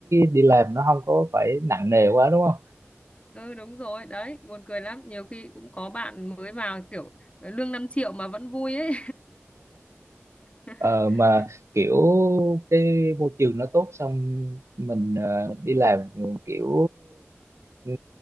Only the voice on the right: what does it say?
đi làm nó không có phải nặng nề quá đúng không
Ờ, mà kiểu cái môi trường nó tốt xong mình ờ, đi làm ừ, kiểu ừ,